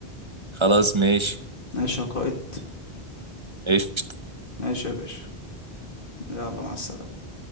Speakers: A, on the right; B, on the left.
A: خلاص ماشي
B: ماشي يا قائد
A: ايش
B: ماشي يا باشا يلا مع السلامة